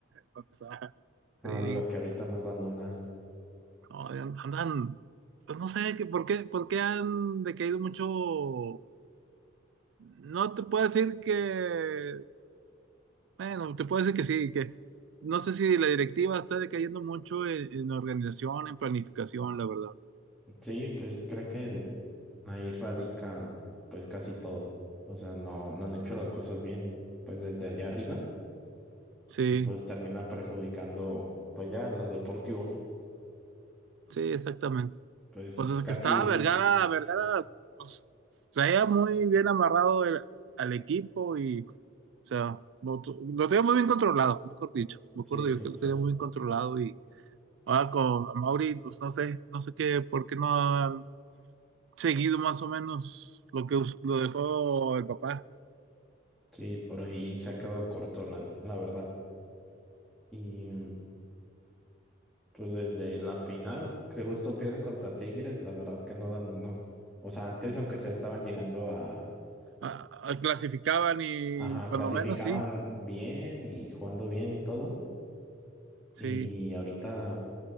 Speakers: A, on the right; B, in the centre.
A: para empezar.
B: No,
A: Sí.
B: digo que ahorita no dan una.
A: No, an- andan, pues no sé qué, por qué, por qué han decaído mucho. No te puedo decir que, bueno, te puedo decir que sí, que no sé si la directiva está decayendo mucho en, en organización, en planificación, la verdad.
B: Sí, pues creo que ahí radica pues casi todo. O sea, no, no han hecho las cosas bien pues desde allá arriba
A: Sí,
B: y pues termina perjudicando pues ya en lo deportivo.
A: sí, exactamente.
B: Pues
A: Pues desde
B: casi,
A: que estaba Vergara, Vergara, pues se veía muy bien amarrado el- al equipo y, o sea, lo, tu- lo tenía muy bien controlado, mejor dicho. Me acuerdo
B: sí,
A: yo
B: justo.
A: que lo tenía muy bien controlado y Ah, con Mauri, pues no sé, no sé qué, por qué no han seguido más o menos lo que us- lo dejó el papá.
B: Sí, por ahí se ha quedado corto la, la verdad. Y pues desde la final que justo pierden contra Tigres, la verdad que no dan uno. O sea, antes aunque sea estaban llegando a,
A: Ah, ah, clasificaban y
B: ajá,
A: cuando
B: clasificaban
A: menos, sí,
B: bien y jugando bien y todo. Y
A: sí.
B: ahorita